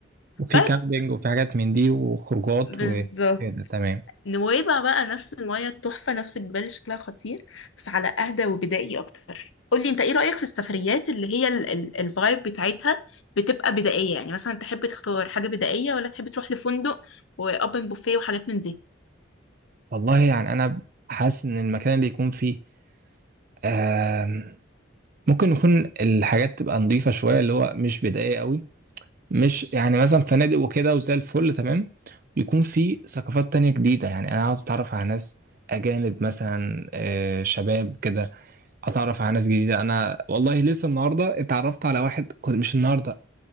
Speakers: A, on the right (about 45°); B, on the left (about 80°).
A: وفي
B: بس
A: كامبينج وفي حاجات من دي وخروجات
B: بالظبط
A: وكده تمام
B: نويبع بقى نفس المية التحفة نفس الجبال اللي شكلها خطير بس على أهدى وبدائي أكتر قولي أنت إيه رأيك في السفريات اللي هي ال- ال- الفايب بتاعتها بتبقى بدائية يعني مثلا تحب تختار حاجة بدائية ولا تحب تروح لفندق وأوبن بوفيه وحاجات من دي
A: والله يعني انا حاسس ان المكان اللي يكون فيه آم، ممكن يكون الحاجات تبقى نظيفة شوية اللي هو مش بدائية قوي مش يعني مثلا فنادق وكده وزي الفل تمام يكون في ثقافات تانية جديدة يعني انا عاوز اتعرف على ناس اجانب مثلا آه، شباب كده اتعرف على ناس جديدة انا والله لسه النهاردة اتعرفت على واحد كنت مش النهاردة